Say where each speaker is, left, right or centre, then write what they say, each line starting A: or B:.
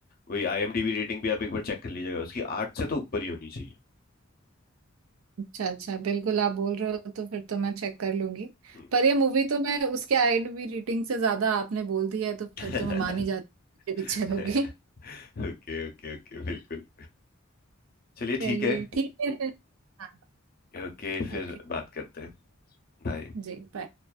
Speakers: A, on the left (about 45°); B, on the right (about 80°).
A: वही आईएमडीबी रेटिंग भी आप एक बार चेक कर लीजिएगा उसकी आठ से तो ऊपर ही होनी चाहिए
B: अच्छा अच्छा बिल्कुल आप बोल रहे हो तो फिर तो मैं चेक कर लूंगी
A: हम्म।
B: पर ये मूवी तो मैं उसके आईएमडीबी रेटिंग से ज्यादा आपने बोल दी है तो फिर
A: <laughs>
B: तो मैं मान ही जाती हूँ कि पिक्चर
A: <laughs>
B: होगी <laughs>
A: ओके ओके ओके बिल्कुल चलिए ठीक
B: चलिए
A: है
B: ठीक है फिर हाँ
A: ओके फिर
B: ओके
A: बात करते हैं बाय
B: जी बाय